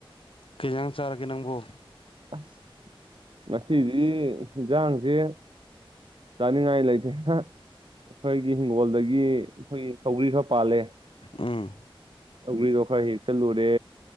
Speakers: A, on the left; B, on the right.
A: ꯀꯩ ꯌꯦꯟꯖꯥꯡ ꯆꯥꯔꯒꯦ ꯅꯪꯕꯨ
B: ꯑꯁ ꯅꯈꯩꯗꯤ ꯗꯥ ꯍꯪꯁꯦ ꯆꯥꯅꯤꯡꯉꯥꯏ ꯂꯩꯇꯦ ꯑꯩꯈꯣꯏ ꯍꯤꯡꯒꯣꯜꯗꯒꯤ ꯑꯩꯈꯣꯏꯒꯤ ꯆꯧꯔꯤ ꯍꯞ ꯄꯥꯂꯦ
A: ꯎꯝ
B: ꯁꯣꯏꯒꯔ꯭ꯤꯗꯣ ꯈꯔ ꯍꯦꯛ ꯆꯠꯂꯨꯔꯦ